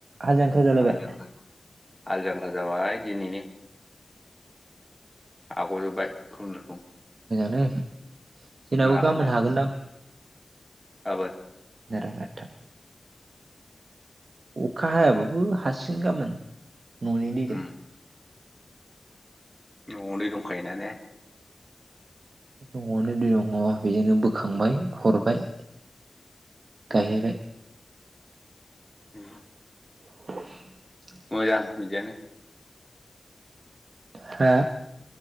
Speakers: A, on the right; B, in the centre.
A: हाल जांख्रा जालायबाय
B: आलौ अखा हाल जांख्रा जाबाया दिनैनो हाग'जोबबाय खुनुरुखुम
A: नै जोंनाबो
B: नारा
A: गाबोन हागोनदां
B: आबाद
A: नारा नाथा अखा हायाबाबो हासिगोन गामोन न'नि
B: उम
A: दैजों
B: न'आवनो दंखायोना ने
A: न'आवनो दङ बेजोंनो बोखांबाय हरबाय
B: उम
A: गायहैबाय
B: उम
A: <inaudible>
B: मोजां बिदियानो
A: हा